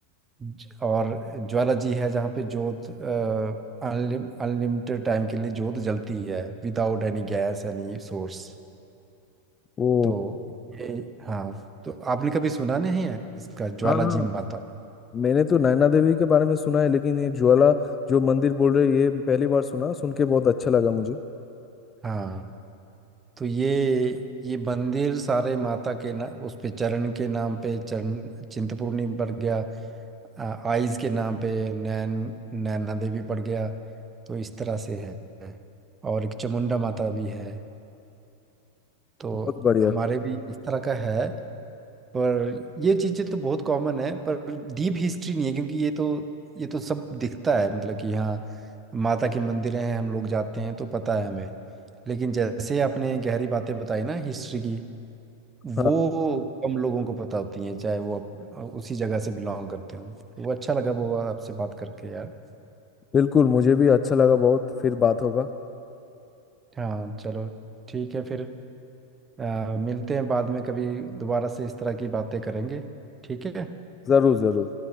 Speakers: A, on the right; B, on the left.
A: ज- और ज्वाला जी है जहाँ पे जोत अनलिम अनलिमिटेड टाइम के लिए जोत जलती है without any gas any source
B: वो
A: तो ये हाँ तो आपने कभी सुना नहीं है इसका ज्वाला
B: हाँ हाँ
A: जी माता
B: मैंने तो नैना देवी के बारे में सुना है लेकिन ये ज्वाला जो मंदिर बोल रहे हैं, ये पहली बार सुना सुन के बहुत अच्छा लगा मुझे
A: हाँ तो ये ये मंदिर सारे माता के ना उस पे चरण के नाम पे चरण चिंतपूर्णी पड़ गया आ, आइज के नाम पे नैन नैना देवी पड़ गया तो इस तरह से है और एक चामुंडा माता भी है तो
B: बहुत बढ़िया
A: हमारे भी इस तरह का है पर ये चीज़ें तो बहुत कॉमन है पर डीप हिस्ट्री नहीं है क्योंकि ये तो ये तो सब दिखता है मतलब कि हाँ माता के मंदिर हैं हम लोग जाते हैं तो पता है हमें लेकिन जैसे आपने गहरी बातें बताई ना हिस्ट्री की
B: हाँ
A: वो कम लोगों को पता होती हैं चाहे वो आप उसी जगह से बिलोंग करते हों तो वो अच्छा लगा वो आपसे बात करके यार
B: बिल्कुल मुझे भी अच्छा लगा बहुत फिर बात होगा
A: हाँ चलो ठीक है फिर अ, मिलते हैं बाद में कभी दोबारा से इस तरह की बातें करेंगे ठीक है
B: जरूर जरूर